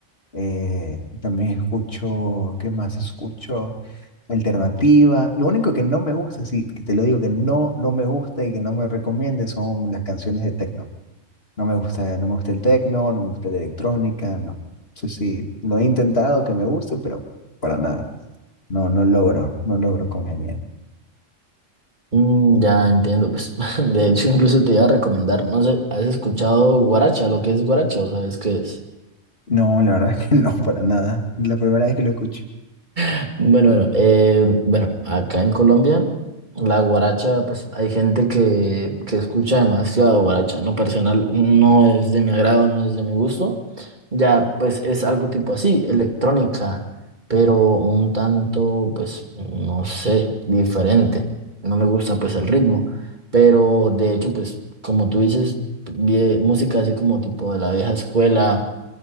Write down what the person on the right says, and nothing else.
Mm, ya entiendo, pues <laughs> de hecho incluso te iba a recomendar, no sé, ¿has escuchado guaracha? Lo que es guaracha, ¿o sabes qué es?
Bueno, bueno, eh, bueno, acá en Colombia, la guaracha, pues hay gente que, que escucha demasiado guaracha. En lo personal no es de mi agrado, no es de mi gusto. Ya, pues es algo tipo así, electrónica, pero un tanto, pues, no sé, diferente. No me gusta, pues, el ritmo. Pero de hecho, pues, como tú dices, vie- música así como tipo de la vieja escuela.